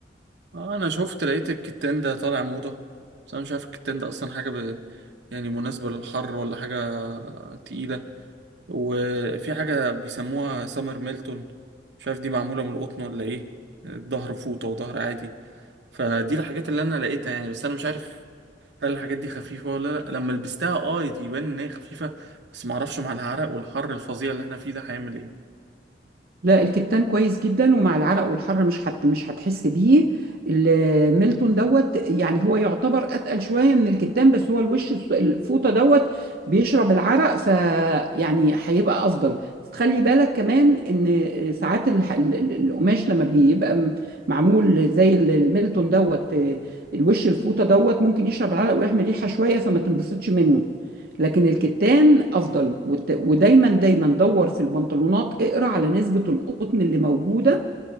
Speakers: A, on the right (about 75°); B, on the right (about 55°).
A: آه انا شفت لقيت الكتان ده طالع موضة بس انا مش عارف الكتان ده اصلا حاجة ب... يعني مناسبة للحر ولا حاجة تقيلة وفي حاجة بيسموها سمر ميلتون مش عارف دي معمولة من القطن ولا ايه الظهر فوطة وظهر عادي فدي الحاجات اللي انا لقيتها يعني بس انا مش عارف هل الحاجات دي خفيفة ولا لا لما لبستها اه يبان ان هي خفيفة بس معرفش مع العرق والحر الفظيع اللي احنا فيه ده هيعمل ايه
B: لا الكتان كويس جدا ومع العرق والحر مش حت مش هتحس بيه الميلتون دوت يعني هو يعتبر اتقل شويه من الكتان بس هو الوش الس- الفوطه دوت بيشرب العرق فيعني هيبقى افضل خلي بالك كمان ان آه، ساعات الح- ال- ال- القماش لما بيبقى م- معمول زي ال- الميلتون دوت آه، الوش الفوطه دوت ممكن يشرب العرق ويحمل ريحه شويه فما تنبسطش منه لكن الكتان افضل وت- ودايما دايما دور في البنطلونات اقرا على نسبه القطن اللي موجوده